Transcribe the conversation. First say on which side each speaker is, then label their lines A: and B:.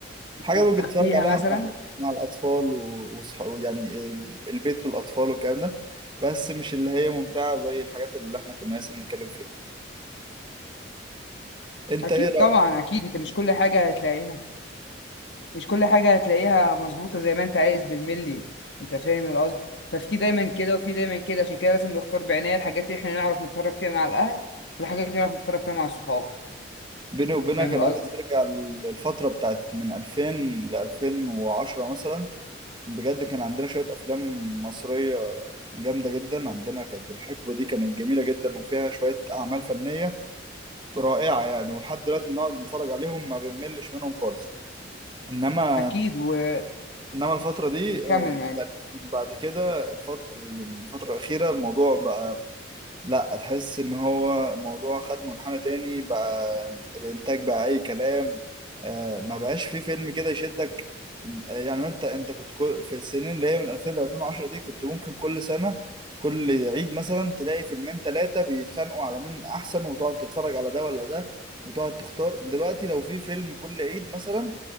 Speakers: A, on the right; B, on the left.
A: حاجة
B: مبالغ
A: بتتفرج
B: فيها
A: عليها
B: مثلا
A: مع, مع الأطفال وصحابه يعني آه، البيت والأطفال والكلام ده بس مش اللي هي ممتعة زي الحاجات اللي احنا كنا لسه بنتكلم فيها أنت
B: اكيد
A: إيه رأيك؟
B: طبعا اكيد انت مش كل حاجه هتلاقيها مش كل حاجه هتلاقيها مظبوطه زي ما انت عايز بالملي انت فاهم القصد ففي دايما كده وفي دايما كده عشان كده لازم نختار بعنايه الحاجات اللي احنا نعرف نتفرج فيها مع الاهل والحاجات اللي نعرف نتفرج فيها مع الصحاب
A: بيني وبينك
B: انت فاهم
A: أنا
B: القصد
A: عايز أرجع للفترة بتاعت من 2000 ل 2010 مثلا بجد كان عندنا شوية أفلام مصرية جامدة جدا عندنا كانت الحقبة دي كانت جميلة جدا وفيها شوية أعمال فنية رائعة يعني ولحد دلوقتي بنقعد نتفرج عليهم ما بنملش منهم خالص انما
B: اكيد وكمل
A: انما الفترة دي آه،
B: معاك
A: يعني بعد كده الفترة يعني الفترة الأخيرة الموضوع بقى لا تحس ان هو الموضوع خد منحنى تاني بقى الانتاج بقى اي كلام آه ما بقاش فيه فيلم كده يشدك م- يعني انت انت كنت كل في السنين اللي هي من 2000 ل 2010 دي كنت ممكن كل سنة كل عيد مثلا تلاقي فيلمين ثلاثة بيتخانقوا على مين احسن وتقعد تتفرج على ده ولا ده وتقعد تختار دلوقتي لو في فيلم كل عيد مثلا